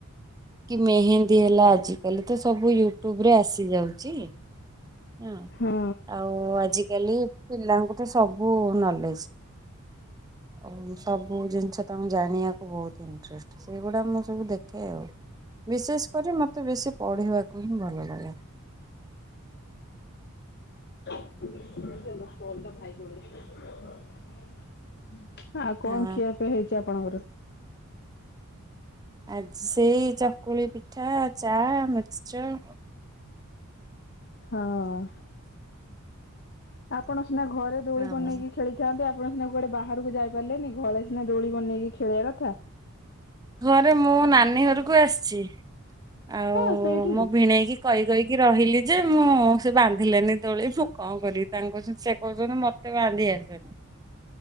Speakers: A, on the right; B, on the left.
A: କି ମେହେନ୍ଦୀ ହେଲା ଆଜିକାଲି ତ ସବୁ ୟୁଟ୍ୟୁବ ରେ ଆସିଯାଉଛି । ହୁଁ
B: ହଁ
A: ଆଉ ଆଜି ଗଲି ପିଲାଙ୍କୁ ତ ସବୁ ନଲେଜ । ଆଉ ସବୁ ଜିନିଷ ତାଙ୍କୁକୁ ଜାଣିବାକୁ ବହୁତ ଇଣ୍ଟରେଷ୍ଟ ସେଇଗୁଡା ମୁଁ ସବୁ ଦେଖେ ଆଉ । ବିଶେଷ କରି ମୋତେ ବେଶୀ ପଢ଼ିବାକୁ ହିଁ ଭଲ ଲାଗେ ।
B: <inaudible> ଓଡ଼ିଶା <inaudible> ଆଉ କଣ ଖିଆପିଆ ହେଇଛି
A: ହଁ
B: ଆପଣଙ୍କର ।
A: ଆ ସେଇ ଚକୁଳି ପିଠା ଚା ମିକ୍ସଚର ।
B: ହଁ । ଆପଣ ସିନା ଘରେ ଦୋଳି
A: ହଁ
B: ବନେଇକି
A: ହଁ
B: ଖେଳିଥାନ୍ତି କୌଣ ସିନା କୁଆଡେ ବାହାରକୁ ଯାଇ ପାରିଲେନି ଘଳି ସିନା ଦୋଳି ବନେଇକି ଖେଳିବା କଥା
A: ଏବେ ମୁଁ ନାନୀ ଘରକୁ ଆସିଛି। ଆଉ
B: ହଁ ସେଇଠି
A: ମୁଁ
B: ବି।
A: ଭିଣେଇକି କହି କହିକି ରହିଲି ଯେ ମୁଁ ସେ ବାନ୍ଧିଲେନି ତୋଳି ଫ କଣ କରି ତାଙ୍କୁ କହୁଛନ୍ତି ସେ କହୁଛନ୍ତି ମତେ ବାନ୍ଧି ଆସେନି ।